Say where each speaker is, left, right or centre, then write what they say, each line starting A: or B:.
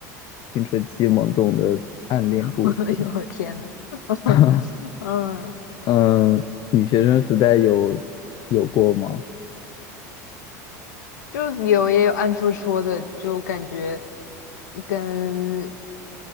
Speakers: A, on the left (about 50°); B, on the left (about 80°).
A: 青春期懵懂的暗恋故事嘛。
B: <laughs> 我天呐，<laughs>
A: <laughs>
B: 嗯。
A: 嗯，你学生时代有有过吗？
B: 就有也有暗戳戳的，就感觉跟